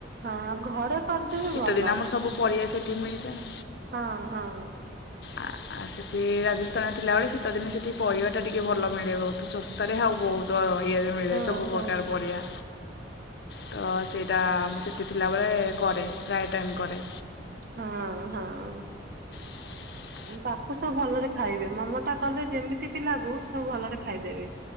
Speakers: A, on the right (about 50°); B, on the left (about 60°).
A: ହଁ ଘରେ। କରିଦେବେ
B: ଶୀତଦିନେ
A: ଭଲ
B: ଆମର ସବୁ ପରିବା ସେଠି ମିଳିଯାଏ।
A: ହଁ ହଁ।
B: ଆ। ଆଉ ସେଠି ରାଜସ୍ଥାନରେ ଥିଲାବେଳେ ଶୀତଦିନେ ସେଠି ପରିବାଟା ଟିକେ ଭଲ ମିଳେ ବହୁତ ସସ୍ଥାରେ ଆଉ ବହୁତ। ତ ଇଏରେ ମିଳେ
A: ହଁ
B: ସବୁ ପ୍ରକାର
A: ହଁ
B: ପରିବା। ତ ସେଇଟା ମୁଁ ସେଠି ଥିଲାବେଳେ କରେ ପ୍ରାୟ ଟାଇମ୍ କରେ।
A: ହଁ ହଁ।
B: <inaudible>
A: ତାକୁ ସବୁ ଭଲରେ ଖାଇବେ ମୋମୋ ଟା କଲେ ଯେମିତି ଭି ଲାଗୁ ସବୁ ଭଲରେ ଖାଇଦେବେ।